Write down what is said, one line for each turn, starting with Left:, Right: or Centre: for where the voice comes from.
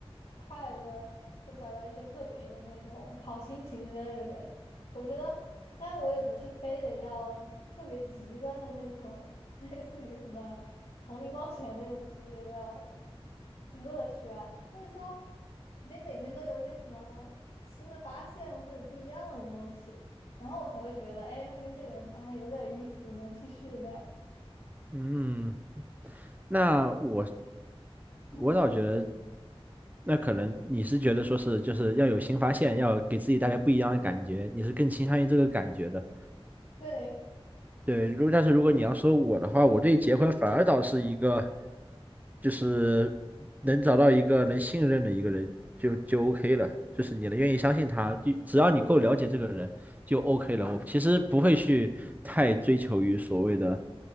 Left: 快乐，或找到一些特别的那种好心情之类的人。我觉得，当然我也不是非得要特别极端的那种，<laughs> 类似于什么丛林冒险那种级别的乐趣啊，就是说得每天都有点什么新的发现或者不一样的东西。然后我才会觉得，哎，那跟这个人谈还有点意思，能继续那样。
Right: 嗯，那我
Left: 嗯，
Right: 我倒觉得，那可能你是觉得说是就是要有新发现，要给自己带来不一样的感觉，你是更倾向于这个感觉的。
Left: 对，
Right: 对，如果但是如果你要说我的话，我对结婚反而倒是一个，就是能找到一个能信任的一个人就就 OK 了，就是你能愿意相信他，就只要你够了解这个人就 OK 了。我其实不会去太追求于所谓的